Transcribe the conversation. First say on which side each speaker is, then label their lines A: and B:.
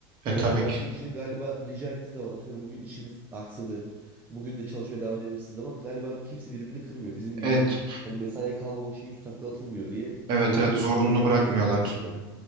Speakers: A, on the right; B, on the right.
A: e, tabii
B: değer verdiği
A: ki.
B: için galiba rica ettiği zaman atıyorum bugün işimiz aksadı. Bugün de çalışmaya devam edebilirsiniz zaman galiba kimse birbirini kırmıyor. Bizim gibi
A: Evet,
B: hani mesaiye kalmamak için yüz takla atılmıyor diye
A: evet,
B: bir öyle
A: evet
B: bir
A: zorunlu
B: yorumladım
A: bırakmıyorlar.
B: yani şu an şimdiden.